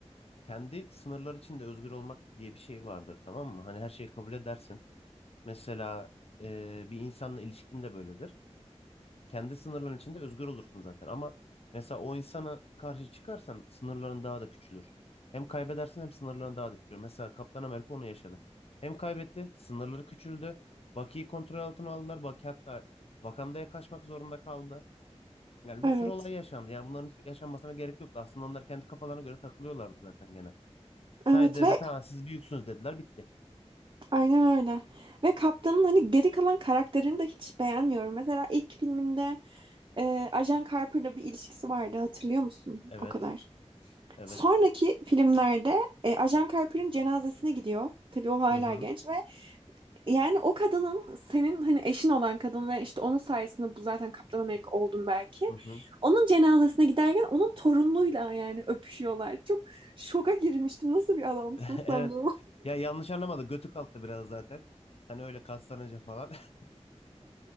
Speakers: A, on the left; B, on the right.
A: kendi sınırlar içinde özgür olmak diye bir şey vardır tamam mı? Hani her şeyi kabul edersin. Mesela e, bir insanla ilişkin de böyledir. kendi sınırların içinde özgür olursun zaten. Ama mesela o insana karşı çıkarsan sınırların daha da küçülür. Hem kaybedersin hem sınırların daha da küçülür. Mesela Kaptan Amerika onu yaşadı. Hem kaybetti, sınırları küçüldü. Bucky'yi kontrol altına aldılar. Bucky hatta Wakanda'ya kaçmak zorunda kaldı. Yani
B: Evet.
A: bir sürü olay yaşandı. Yani bunların hiç yaşanmasına gerek yoktu. Aslında onlar kendi kafalarına göre takılıyorlardı zaten gene. Sadece
B: Evet
A: devlete
B: ve
A: ha, siz büyüksünüz dediler bitti.
B: Aynen öyle. Ve Kaptan'ın hani geri kalan karakterini de hiç beğenmiyorum. Mesela ilk filminde e, Ajan Carper'la bir ilişkisi vardı hatırlıyor musun?
A: Evet.
B: O kadar.
A: Evet.
B: Sonraki filmlerde e, Ajan Carper'ın cenazesine gidiyor. Tabii o hala
A: Hı hı.
B: genç ve yani o kadının senin hani eşin olan kadın ve işte onun sayesinde bu zaten Kaptan Amerika oldun belki.
A: Hı hı.
B: Onun cenazesine giderken onun torunluğuyla yani öpüşüyorlar. Çok şoka girmiştim. Nasıl bir adamsın
A: <laughs> Evet.
B: sen ya?
A: Ya yanlış anlamadı. Götü kalktı biraz zaten. Hani öyle kaslanınca falan. <laughs>